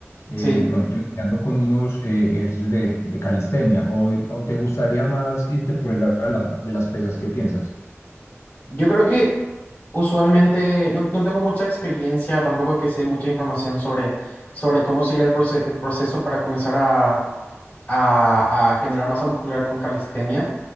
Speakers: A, on the left; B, on the left.
A: eh,
B: sí,
A: de pronto iniciando con unos eh, ejercicios de, de calistenia. O, o te gustaría más irte por el lado de, la- de las pesas? ¿Qué piensas?
B: Yo creo que usualmente no, no tengo mucha experiencia, tampoco es que sé mucha información sobre, sobre cómo sería el, proce- el proceso para comenzar a, a- a generar masa muscular con calistenia.